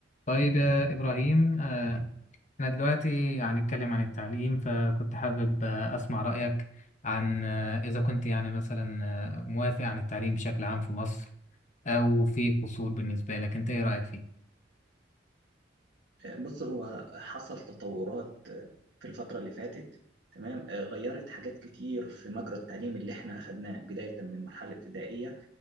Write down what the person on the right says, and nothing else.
بص هو حصل تطورات في الفترة اللي فاتت تمام آه، غيرت حاجات كتير في مجرى التعليم اللي احنا أخدناه بداية من مرحلة ابتدائية